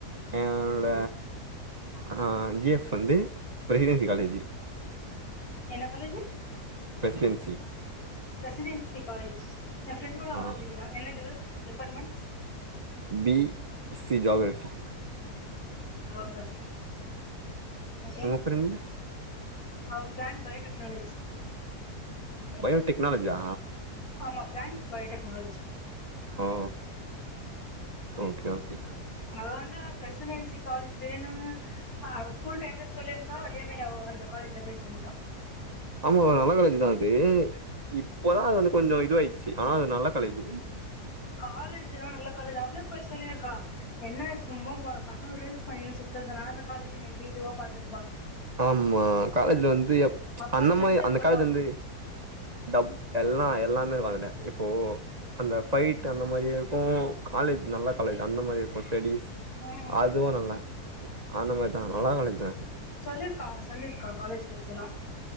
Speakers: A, on the right; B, on the left.
A: எனனோட ஆ ஜிஃப் வந்து பிரைவே காலேஜி
B: என்ன காலேஜு
A: பிரெசிடென்சி
B: பிரசிடென்சி காலேஜ் என் ஃப்ரெண்ட் கூட அங்கதா
A: ஆ
B: படிக்கிறா என்ன டிபா departments
A: B C geography
B: geography okay
A: உங்க ஃப்ரெண்ட்
B: அவ ப்ளான் பயோடெக்னோலஜி
A: பயோடெக்னாலஜியா
B: ஆமா பிளான்ட் பயோடெக்னாலஜி
A: ஓ ஓகே ஓகே
B: அவ வந்து பிரசிடன்சி காலேஜ் வேணுன்னு அவ ஸ்கூல் டைம்ல சொல்லிருந்தா அதே மா ரி அவ அந்த காலேஜ்ல போய் சேந்துட்டா
A: ஆமாங்க நல்ல காலேஜ்தா அது இப்போதா அது வந்து கொஞ்சோ இது ஆயிட்ச்சு ஆனா அது நல்ல காலேஜ்
B: காலே ஜல்லா நல்ல காலேஜு அவளே போய் சொல்லி இருக்கா என்ன சும்மா ப பசங்க ரீல்ஸ் பண்ணினு சுத்தறதுனால அந்த காலேஜு மேபி இதுவா பாத்திரு
A: ஆமா காலேஜ்ல வந்து எப்
B: அப்பத்துல
A: அந்த மாரி
B: இருந்து இருக்க
A: அந்த காலேஜ் வந்து டப் எல்லா எல்லாமே இருக்கு அதுல இப்போ அந்த ஃபைட் அந்த மாரியே இருக்கு காலேஜ் நல்ல காலேஜ்தா அந்த மாரி இருக்கு ஸ்டடிஸ்
B: ம்
A: அதுவு நல்ல அந்த மாதிரி தா நல்ல காலேஜ்தா அது
B: சொல்லிருக்கா சொல்லிருக்கா காலேஜ் பத்திலா